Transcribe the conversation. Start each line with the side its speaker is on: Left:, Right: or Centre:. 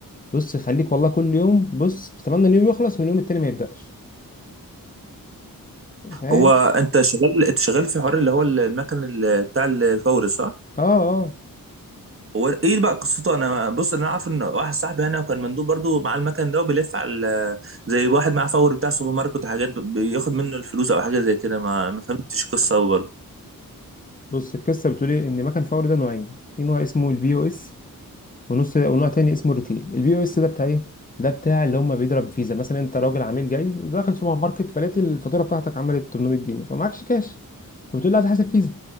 Left: بص خليك والله كل يوم بص بتمنى اليوم يخلص واليوم التاني ما يبدأش فاهم
Right: هو انت شغال انت شغال في حوار اللي هو المكن ال- بتاع الفوري صح؟
Left: اه اه
Right: هو ايه بقى قصته انا بص انا عارف ان واحد صاحبي انا وكان مندوب برضو معاه المكن ده وبيلف على ال- زي واحد معاه فوري بتاع سوبر ماركت وحاجات بياخد منه الفلوس او حاجه زي كده ما ما فهمتش قصه أوي برضو
Left: بص القصه بتقول ايه ان مكن فوري ده نوعين في نوع اسمه البي او اس ونص ونوع تاني اسمه الريتيل البي او اس ده بتاع ايه ده بتاع اللي هم بيضرب فيزا مثلا انت راجل عميل جاي داخل سوبر ماركت فلقيت الفاتوره بتاعتك عملت 800 جنيه فمعكش كاش فبتقول لي عايز احاسب فيزا